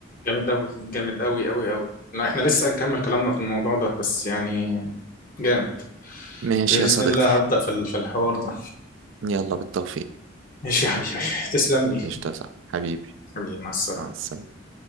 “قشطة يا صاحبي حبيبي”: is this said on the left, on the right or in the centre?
Right